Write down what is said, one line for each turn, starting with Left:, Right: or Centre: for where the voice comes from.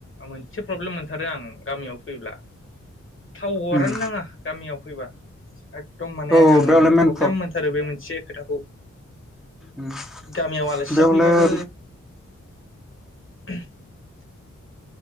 Left: मोनसे प्रब्लेम मोन थारो आं गामियाव फैब्ला थावरानो
Centre: उम
Left: नाङा गामियाव फैबा एखदम माने
Centre: औ
Left: आङो
Centre: बेयावलाय मेन
Left: प्रब्लेम मोनथारो बे मोनसे खोथाखौ
Centre: उम
Left: गामियाव आलासि
Centre: बेयावलाय
Left: जाफैबाबो <inaudible>